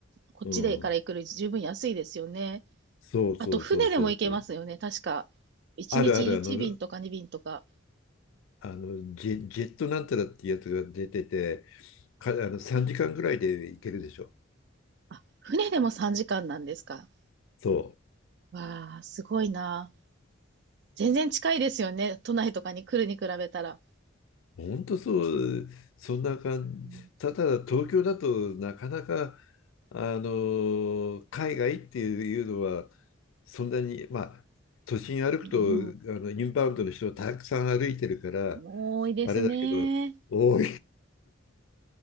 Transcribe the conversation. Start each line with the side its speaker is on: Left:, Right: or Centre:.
Right: こっちでから行くより十分安いですよね。
Left: うん。そうそうそうそうそう。
Right: あと、船でも行けますよね。確か。1日1便とか2便とか。
Left: あるあるあの、あのジェ、ジェットなんたらっていうやつが出てて、か、あの3時間ぐらいで行けるでしょ。
Right: あ、船でも3時間なんですか。
Left: そう。
Right: わあ、すごいな。全然近いですよね。都内とかに来るに比べたら。
Left: ほんとそう、そんな感じ。
Right: う
Left: ただ東京だとなかなか、あの、海外っていうのは、そんなに、まあ、都心歩くと、
Right: ん。
Left: あの、インバウンドの人たくさん歩いてるから、
Right: う多いですね。
Left: あれだけど、多